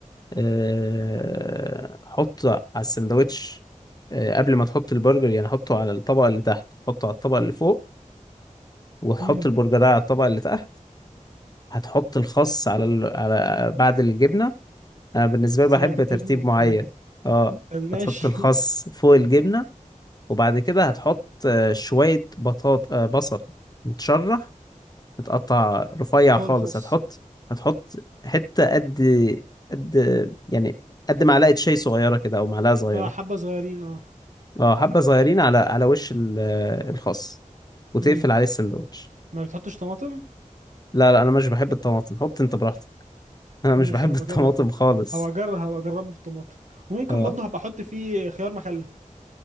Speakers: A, on the left; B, on the right.
A: أه حطه على السندوتش أه قبل ما تحط البرجر يعني حطه على الطبقة اللي تحت حطه على الطبقة اللي فوق وتحط
B: امم
A: البرجرايه على الطبقة اللي تحت هتحط الخس على ال... على بعد الجبنة انا بالنسبة
B: بس
A: لي بحب
B: بعد الجبنة
A: ترتيب
B: اوكي
A: معين اه
B: طب ماشي
A: هتحط الخس
B: <laughs>
A: فوق الجبنة وبعد كده هتحط آه، شوية بطاط آه، بصل متشرح متقطع رفيع
B: فوق
A: خالص
B: الخس
A: هتحط هتحط حتة قد قد يعني قد معلقة شاي صغيرة كده أو معلقة صغيرة
B: اه حبة صغيرين اه
A: اه حبة صغيرين على على وش ال- آه، الخس وتقفل
B: امم
A: عليه السندوتش
B: ما بتحطش طماطم
A: لا لا أنا مش بحب الطماطم حط أنت براحتك <laughs> أنا مش
B: ماشي
A: بحب
B: هبقى
A: <laughs> الطماطم
B: اجرب احط
A: خالص
B: هبقى اجرب هبقى اجربه في طماطم وممكن
A: اه
B: برضه هبقى احط فيه خيار مخلل